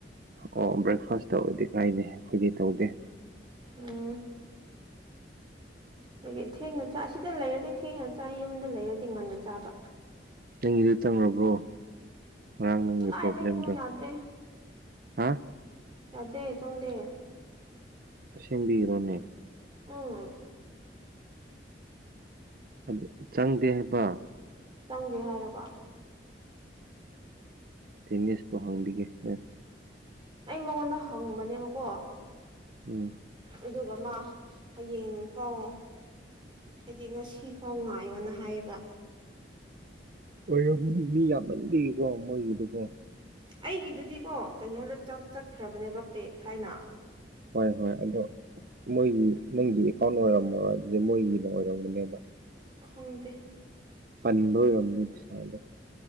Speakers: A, on the right; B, on the right.
A: ꯑꯣ ꯕ꯭ꯔꯦꯛꯐꯥꯁ ꯇꯧꯔꯗꯤ ꯀꯥꯏꯗꯦ ꯈꯣꯏꯗꯤ ꯇꯧꯗꯦ꯫
B: ꯎꯝ ꯑꯗꯒꯤ ꯊꯦꯡꯅ ꯆꯥ ꯁꯤꯗ ꯂꯩꯔꯗꯤ ꯊꯦꯡꯅ ꯆꯥꯏ ꯌꯨꯝꯗ ꯂꯩꯔꯗꯤ ꯉꯟꯅ ꯆꯥꯕ
A: ꯅꯪꯒꯤꯗꯨ ꯇꯝꯔꯕ꯭ꯔꯣ ꯉꯔꯥꯡ ꯅꯪꯒꯤ
B: ꯀꯗꯥꯏꯗꯒꯤꯅꯣ
A: ꯄ꯭ꯔꯣꯕ꯭ꯂꯦꯝꯗꯣ
B: ꯌꯥꯗꯦ
A: ꯍꯥ
B: ꯌꯥꯗꯦ ꯆꯪꯗꯦ
A: ꯑꯁꯦꯝꯕꯤꯔꯣꯅꯦ
B: ꯎꯝ
A: ꯑꯗꯨ ꯆꯪꯗꯦ ꯍꯥꯏꯕ
B: ꯆꯪꯗꯦ ꯍꯥꯏꯔꯕ
A: ꯊꯤꯅꯤꯁꯄꯨ ꯍꯪꯕꯤꯒꯦ ꯅꯣꯏ
B: ꯑꯩ ꯃꯉꯣꯟꯗ ꯍꯪꯕꯅꯦꯕꯀꯣ
A: ꯎꯝ
B: ꯑꯗꯨꯒ ꯃꯥ ꯍꯌꯦꯡ ꯐꯥꯎ ꯍꯥꯏꯗꯤ ꯉꯁꯤ ꯐꯥꯎ ꯉꯥꯏꯌꯣꯅ ꯍꯥꯏꯌꯦꯕ
A: ꯑꯣꯏꯔꯕꯨꯗꯤ ꯃꯤ ꯌꯥꯝꯃꯟꯕꯒꯤꯀꯣ ꯃꯣꯏꯒꯤꯗꯨꯕꯣ
B: ꯑꯩꯒꯤꯗꯨꯗꯤꯀꯣ ꯀꯩꯅꯣꯗ ꯆꯠ ꯆꯠꯈ꯭ꯔꯕꯅꯦꯕ ꯄꯦꯠ ꯍꯥꯏꯅ
A: ꯍꯣꯏ ꯍꯣꯏ ꯑꯗꯣ ꯃꯣꯏꯒꯤ ꯅꯪꯒꯤ ꯑꯦꯀꯥꯎꯟ ꯑꯣꯏꯔꯝꯃꯔꯣ ꯑꯗꯨꯗ ꯃꯣꯏꯒꯤꯅ ꯑꯣꯏꯔꯝꯒꯅꯦꯕ
B: ꯈꯪꯗꯦ
A: ꯄꯟꯕ ꯑꯣꯏꯔꯝꯅꯤ ꯄꯩꯁꯥꯗꯣ